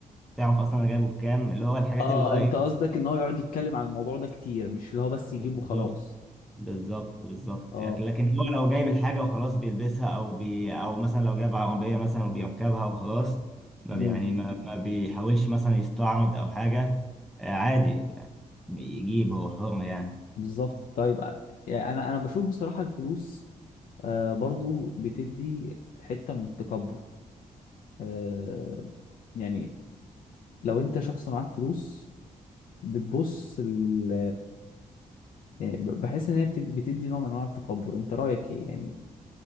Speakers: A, in the centre; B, on the left.
A: تعرف اصلا انا جايبه بكام اللي هو الحاجات
B: اه
A: اللي هو
B: انت
A: ايه
B: قصدك ان هو يقعد يتكلم عن الموضوع ده كتير مش اللي هو بس يجيبه
A: بالظبط
B: خلاص
A: بالظبط بالظبط
B: اه
A: لكن هو لو جايب الحاجة وخلاص بيلبسها أو بي أو مثلا لو جايب عربية مثلا وبيركبها وخلاص ما
B: امم
A: بي- يعني ما, ما بيحاولش مثلا يستعرض أو حاجة آه، عادي يجيب هو حر يعني
B: بالظبط طيب آه، يعني انا انا بشوف بصراحة الفلوس آه برضو بتدي حتة من التكبر آه يعني لو انت شخص معاك فلوس بتبص ال يعني ب- بحس ان هي بتدي بتدي نوع من انواع التكبر انت رأيك ايه يعني